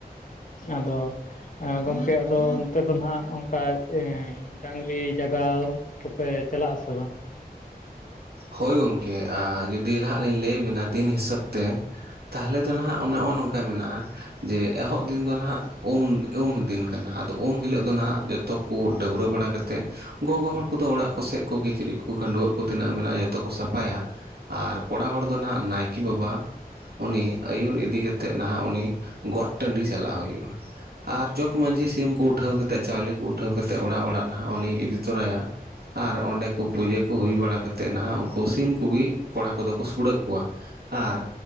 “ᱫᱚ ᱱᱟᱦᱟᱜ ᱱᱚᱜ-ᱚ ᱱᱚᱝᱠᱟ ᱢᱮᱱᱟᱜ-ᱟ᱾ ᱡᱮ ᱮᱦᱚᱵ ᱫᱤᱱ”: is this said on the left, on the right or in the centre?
Right